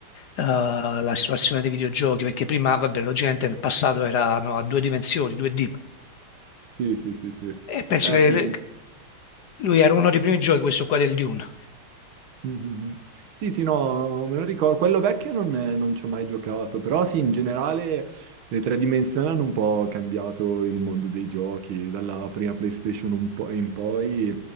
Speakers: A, on the left; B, on the right.
A: eh, la situazione dei videogiochi, perché prima, vabbè, la gente nel passato era no, a due dimensioni, 2D.
B: Sì, sì, sì, sì.
A: E penso
B: Eh
A: che
B: sì.
A: le- Lui era uno dei primi giochi, questo qua del Dune.
B: Mhm. Sì, sì, no, me lo ricordo. Quello vecchio non, non ci ho mai giocato, però sì, in generale le tre dimensioni hanno un po' cambiato il mondo dei giochi, dalla prima PlayStation un po' in poi